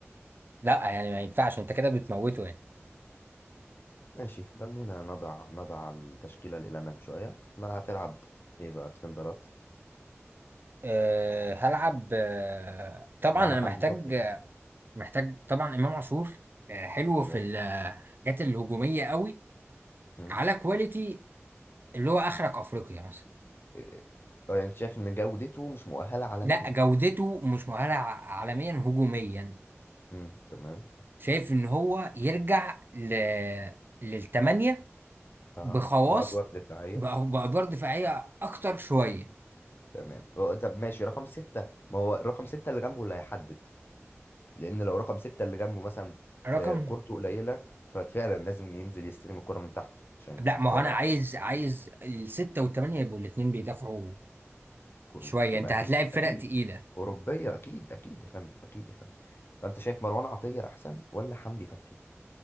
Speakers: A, on the right (about 45°); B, on the left (about 50°).
A: لا يعني ما ينفعش انت كده بتموته يعني
B: ماشي خلينا نضع نضع التشكيلة الأمام شوية ما هتلعب ايه بقى ديفندرات
A: أه هلعب أه طبعا
B: معانا
A: انا
B: حمدي
A: محتاج
B: فتحي
A: محتاج طبعا امام عاشور أه حلو
B: تمام
A: في الحاجات الهجوميه قوي
B: م.
A: على كواليتي اللي هو اخرك افريقيا مثلا
B: إيه- اه يعني انت شايف ان جودته مش مؤهلة عالميا
A: لا جودته مش مؤهله ع- عالميا هجوميا
B: م. تمام
A: شايف ان هو يرجع ل... للتمانية
B: اه
A: بخواص
B: بأدوار دفاعية
A: بأ- بأدوار دفاعية أكتر شوية
B: تمام هو- طب ماشي رقم ستة ما هو رقم ستة اللي جنبه اللي هيحدد لأن لو رقم ستة اللي جنبه مثلا
A: رقم
B: آه، كورته قليلة ففعلا لازم ينزل يستلم الكرة من تحت عشان
A: لا ما
B: يطلع
A: هو انا عايز
B: الفريق
A: عايز الستة والثمانية يبقوا الاثنين بيدافعوا
B: يكون-
A: شوية
B: تمام
A: انت
B: أكيد
A: هتلاقي فرق
B: أكيد
A: تقيلة
B: أوروبية أكيد أكيد يا فندم أكيد يا فندم فأنت شايف مروان عطية أحسن ولا حمدي فتحي